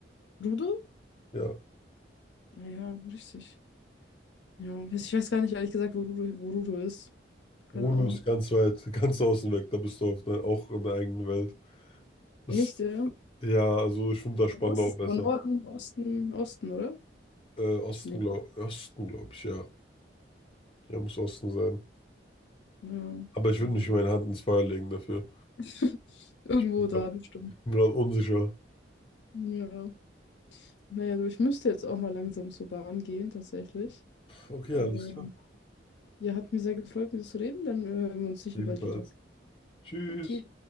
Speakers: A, on the left (about 70°); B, on the left (about 30°).
A: Rudo?
B: Ja.
A: Ah Ja, richtig. Ja, ich weiß ich weiß gar nicht, ehrlich gesagt, wo Rudo, wo Rudo ist. Keine
B: Rudo
A: Ahnung.
B: ist ganz weit, <laughs> ganz außen weg. Da bist du auf der, auch in der eigenen Welt. Das,
A: Echt, ja?
B: ja, also ich finde da Spandau
A: Wo ist es?
B: besser.
A: Von Norden, Osten, Osten, oder?
B: Äh, Osten,
A: Nee.
B: glaube Osten, glaub ich, ja. Ja, muss Osten sein.
A: Ja.
B: Aber ich würde
A: ja.
B: nicht meine Hand ins Feuer legen dafür.
A: <laughs> Irgendwo
B: Ja,
A: da, bestimmt.
B: ich bin gerade unsicher.
A: Ja. Naja, du, ich müsste jetzt auch mal langsam zur Bahn gehen, tatsächlich.
B: Okay,
A: Ähm,
B: alles klar.
A: ja, hat mir sehr gefreut, mit dir zu reden. Dann äh, hören wir uns sicher
B: Ebenfalls.
A: bald wieder.
B: Tschüss.
A: Okay.